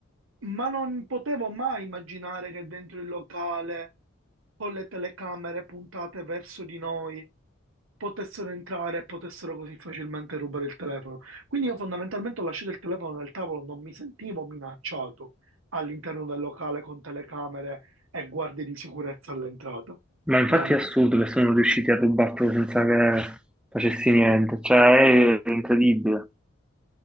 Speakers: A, on the right; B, in the centre.
A: ma non potevo mai immaginare che dentro il locale, con le telecamere puntate verso di noi, potessero entrare e potessero così facilmente rubare il telefono. Quindi io fondamentalmente ho lasciato il telefono nel tavolo, non mi sentivo minacciato all'interno del locale con telecamere e guardie di sicurezza all'entrata.
B: Ma infatti
A: Niente.
B: è assurdo che sono riusciti a rubartelo senza che facessi niente, cioè è incredibile.